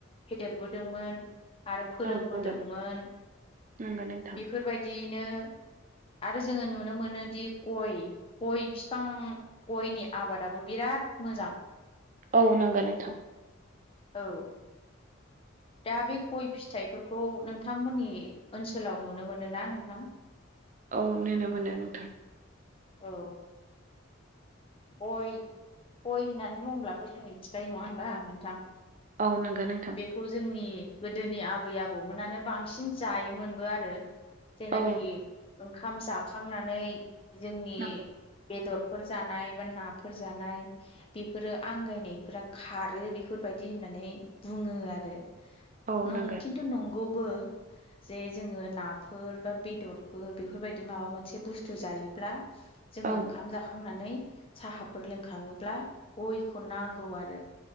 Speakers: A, on the left (about 30°); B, on the right (about 40°).
A: फेदेरबोदोंमोन आरो फोरोंबोदोंमोन
B: औ बुंगोन नंगौ नोंथां
A: बेफोरबायदि दिनो आरो जोङो नुनो मोनोदि गय, गय फिफां गयनि आबादाबो बिराद राद मोजां।
B: औ नांगोन नोंथां।
A: औ। दा बे गय फिथाइफोरखौ नोंथांमोननि ओनसोलाव नुनो मोनो ना नोंथां?
B: औ नुनो मोनो नोंथां।
A: औ। गय गय होननानै बुङोब्लाथ जों मिथिखायो नङा होनबा नोंथां?
B: औ नंगौ नोंथां
A: बेखौ जोंनि गोदोनि आबै आबौमोनानो बांसिन जायोमोनबो आरो जेनाखि
B: औ
A: ओंखाम जाखांनानै जोंनि
B: नांगौ
A: बेदरफोर जानाय नाफोर जानाय बेफोरो आगायनायफोरा खारो बिफोरबायदि होननानै बु ङो आरो
B: औ
A: नं
B: नांगौ
A: खिन्थु नंगौबो। जे जोङो नाफोर बा बेदरफोर बेफोरबायदि माबा मोनसे बुस्थु जायोब्ला जोङो
B: औ
A: ओंखाम जाखांनानै साहाफोर लोंखाङोब्ला गयखौ नांगौ आरो।